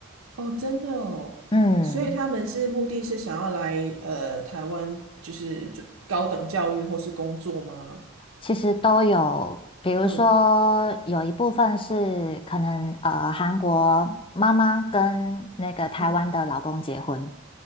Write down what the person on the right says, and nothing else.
哦，真的哦，
所以他们是目的是想要来呃台湾，就是准高等教育或是工作吗？
嗯嗯，